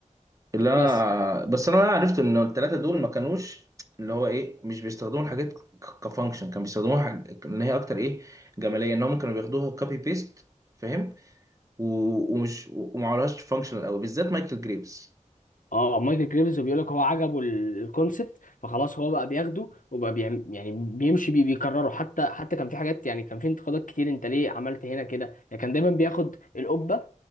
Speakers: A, on the right; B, on the left.
A: اللي
B: بس
A: انا بس انا عرفت ان الثلاثه دول ما كانوش اللي هو ايه مش بيستخدموا الحاجات كفانكشن كانوا بيستخدموها حاج... ان هي اكتر ايه جماليه ان هم كانوا بياخدوها كوبي بيست فاهم و... ومش وما عملوهاش فانكشنال قوي بالذات مايكل جريفز
B: اه مايكل جريمز بيقول لك هو عجبه ال- الكونسبت فخلاص هو بقى بياخده وبقى بيعم يعني بيمشي بيه بيكرره حتى حتى كان في حاجات يعني كان في انتقادات كتير انت ليه عملت هنا كده يعني كان دايما بياخد القبه